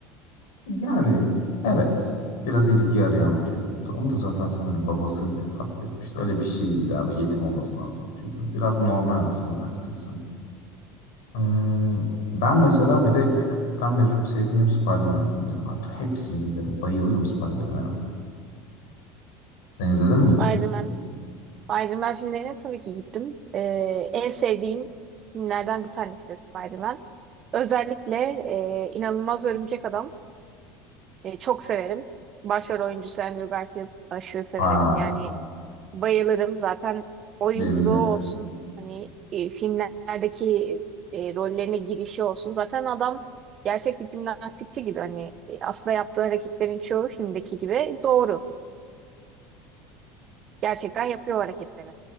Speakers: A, on the left; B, on the right.
A: Yani evet biraz ilgi arayan bir çocuktu. Onu da zaten sanırım babası vefat etmişti. Öyle bir şeydi galiba yetim olması lazım çocuğun. Biraz normal aslında baktığın zaman. Ee, ben mesela bir de küçükten beri çok sevdiğim hep Spider-Man filmleri vardır. Hepsine giderim. Bayılırım Spider-Man'a. Sen izledin mi hiç?
B: Spider-Man, Spider-Man filmlerine tabii ki gittim. Ee, en sevdiğim filmlerden bir tanesi de Spider-Man. Özellikle e, İnanılmaz Örümcek Adam e, çok severim. Başrol oyuncusu Andrew Garfield aşırı severim.
A: Aa,
B: Yani bayılırım. Zaten oyunculuğu
A: benim de
B: olsun, hani e, filmlerdeki e, rollerine girişi olsun. Zaten adam gerçek bir jimnastikçi gibi. Hani e, aslında yaptığı hareketlerin çoğu filmdeki gibi doğru. Gerçekten yapıyor o hareketleri.